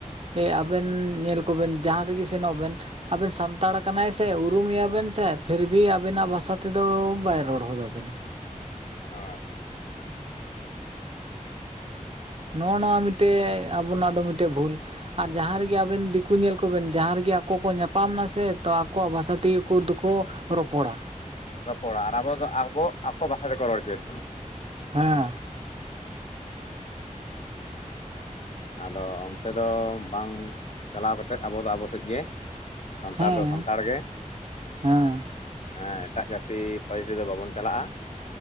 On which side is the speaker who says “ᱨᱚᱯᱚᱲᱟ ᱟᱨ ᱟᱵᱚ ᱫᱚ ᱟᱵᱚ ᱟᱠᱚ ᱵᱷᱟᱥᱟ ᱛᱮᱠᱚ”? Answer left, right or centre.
Left